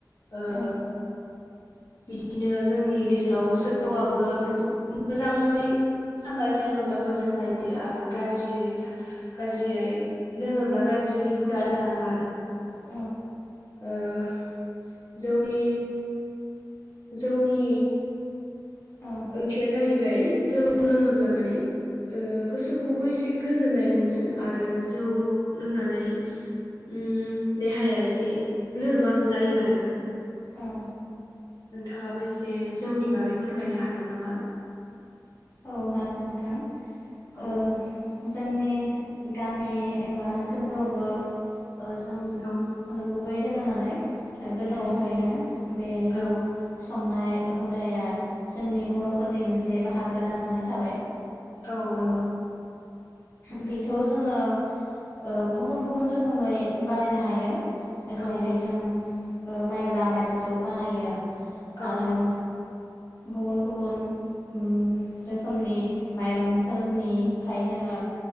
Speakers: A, on the left; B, on the left.
A: ओ
B: औ
A: बिदिनो जोंनि गेजेराव जौआबो मोनसे‌ मोजाङै सामलायनो रोङोब्ला मोजां जायो आरो गाज्रियै गाज्रियै लोङोब्ला गाज्रि ज्रि हुदा
B: औ
A: जालाङो आरो ओ‌‌
B: औ
A: जौनि जौनि
B: औ
A: ओंथिया जाहैबाय जौ लोङोब्ला माने ओ गोसोखौ खौबो एसे गोजोननाय मोनो आरो जौ लोंनानै उम देहाया एसे लोरबां जायो आरो
B: औ
A: नोंथाङाबो एसे जौनि बागै फोरमायनो हागोन नामा?
B: औ हागोन नोंथां
A: औ
B: ओ जोंनि गामि एबा ओनसोलफोरावबो ओ जों
A: औ
B: नुबोबाय दोङो नालाय गोदोनिफ्रायनो
A: औ
B: बे जौ
A: औ
B: संनाय हुदाया जोंनि बर'फोरनि मोनसे बाहागो गो जानानानै थाबाय।
A: औ नंगौ
B: ओ बेखौ जोङो गुबुन गुबुन रोखोमै बानायनो हायो जेरै
A: औ
B: जों माइब्रा माइरंजोंबो बानायो
A: औ
B: आरो
A: नंगौ
B: गुबुन गुबुन ओ रोखोमनि माइरंफोरनिफ्राय जोङो